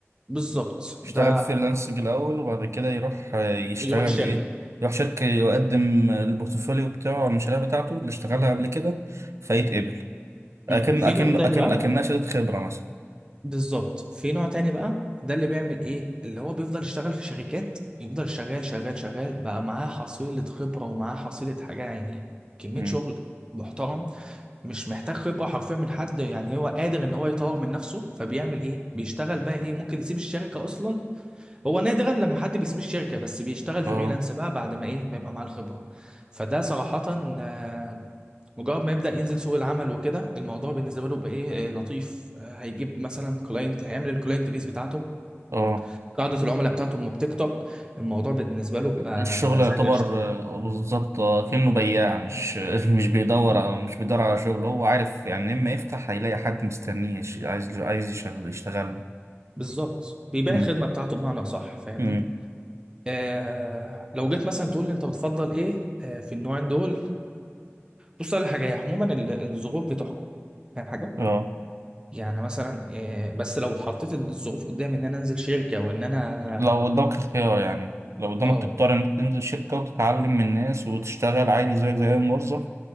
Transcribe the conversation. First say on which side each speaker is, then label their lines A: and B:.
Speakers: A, on the right; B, on the right.
A: بالظبط ده
B: يشتغل فريلانسنج الأول وبعد كده يروح آه، يشتغل
A: يروح شركه
B: إيه يروح شركة يقدم البورتفوليو بتاعه أو المشاريع بتاعته اللي اشتغلها قبل كده فيتقبل أكن
A: امم في
B: أكن
A: نوع تاني
B: أكن
A: بقى
B: أكنها شهادة خبرة مثلا
A: بالظبط في نوع تاني بقى ده اللي بيعمل ايه اللي هو بيفضل يشتغل في شركات يفضل شغال شغال شغال بقى معاه حصيلة خبرة ومعاه حصيلة حاجة يعني كمية
B: مم.
A: شغل محترم مش محتاج خبرة حرفيا من حد يعني هو قادر ان هو يطور من نفسه فبيعمل ايه بيشتغل بقى ايه ممكن يسيب الشركة اصلا هو نادرا لما حد بيسيب الشركة بس بيشتغل
B: اه
A: فريلانس بقى بعد ما ايه ما يبقى معاه الخبرة فده صراحة آه، مجرد ما يبدأ ينزل سوق العمل وكده الموضوع بالنسبة له بقى ايه آه، لطيف آه، هيجيب مثلا كلاينت هيعمل الكلاينت بيس بتاعته
B: اه
A: قاعدة العملاء بتاعته لما بتكتر الموضوع بالنسبة له بقى
B: الشغل يعتبر
A: زي القشطة
B: آه، بالظبط آه، كأنه بياع مش <laughs> مش بيدور
A: ب-
B: او مش بيدور على شغل هو عارف يعني اما يفتح هيلاقي حد مستنيه يش- عايز عايز يشغل يشتغل له
A: بالظبط بيبيع
B: مم.
A: الخدمة بتاعته بمعنى صح فاهمني
B: مم.
A: آه لو جيت مثلا تقول لي انت بتفضل ايه آه في النوعين دول بص على حاجه هي عموما ال- الظروف بتحكم فاهم حاجه
B: اه
A: يعني مثلا آه بس لو اتحطيت ان الظروف قدامي ان انا انزل شركه وان انا
B: لو قدامك الخيار يعني لو قدامك
A: اه
B: تختار انك تنزل شركة وتتعلم من الناس وتشتغل عادي زيك زي أي موظف